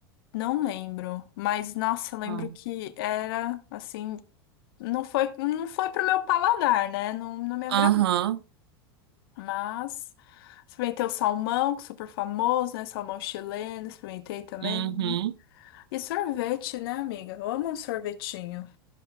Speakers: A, on the left; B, on the right.
A: Não lembro. Mas, nossa, eu lembro
B: Ah.
A: que era assim. Não foi, não foi pro meu paladar, né? Não, não me agradou.
B: Aham.
A: Mas experimentei o salmão, que é super famoso, né? Salmão chileno, experimentei também.
B: Uhum.
A: E sorvete, né, amiga? Eu amo um sorvetinho.